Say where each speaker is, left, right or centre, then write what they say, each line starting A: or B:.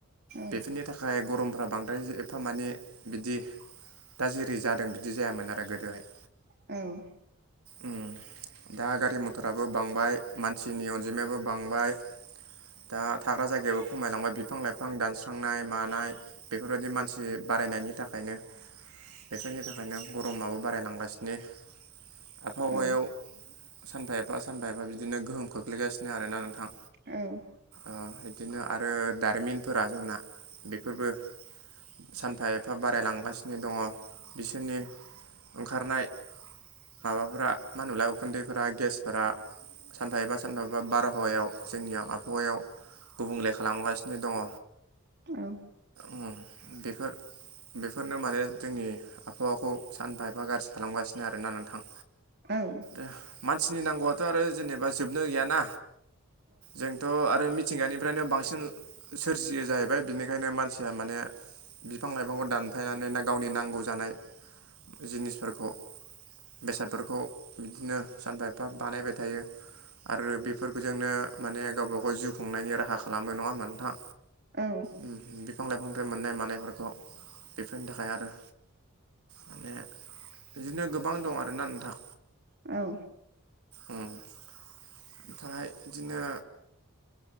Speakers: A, on the right; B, on the right.
A: औ
B: बेफोरनि था खाय गरमफ्रा बांद्राय एफा माने बिदि दा जेरै जादों बिदि जायामोन आरो गोदोहाय।
A: औ
B: उम दा गारि मथराबो बांबाय मानसिनि अनजिमायाबो बांबाय। दा थाग्रा जायगाबो खमायलांबाय बिफां लाइफां दानस्रांनाय मानाय बेफोरबायदि मानसि बारायनायनि थाखायनो बेफोरनि थाखायनो गरमाबो बारायलांगासिनो। आबहावायाव
A: औ
B: सानफा एफा सानफा एफा बिदिनो गोहोम खोख्लैगासिनो आरोना नोंथां।
A: औ
B: ओ इदिनो आरो दारिमिनफोरा जोंना बेफोरबो सानफा एफा बारायलांगासिनो दङ बिसोरनि ओंखारनाय माबाफोरा मा होनोनलाय उखुन्दैफोरा गेसफोरा सानफा एबा सा नफा एफा बारहावायाव जोंनियाव आबहावायाव गुबुंले खालामगासिनो दङ
A: औ
B: ओम बेफोर बेफोरनो माने जोंनि आबहावाखौ सानफा एफा गाज्रि खालामगासिनो आरोना नोंथां
A: औ
B: ओ मानसिनि नांगौआथ' आरो जेनेबा जोबनो गैयाना जों थ' आरो मिथिंगानिफ्रायनो बांसिन सोरजियो जाहैबाय बिनिखायनो मानसिया माने बिफां लाइफांखौ दानफायनानैनो गावनि नांगौ जानाय जिनिसफोरखौ बेसादफोरखौ बिदिनो सानफा एफा बानायबाय थायो आरो बेफोर जोंनो माने गावबा गाव जिउ खुंनायनि राहा खालामो नङा होनबा नोंथां
A: औ
B: ओम बिफां लाइफांनिफ्राय मोननाय मानायफोरखौ बेफोरनि थाखाय आरो माने बिदिनो गोबां दं आरोना नोंथां
A: औ
B: ओ ओमफ्राय बिदिनो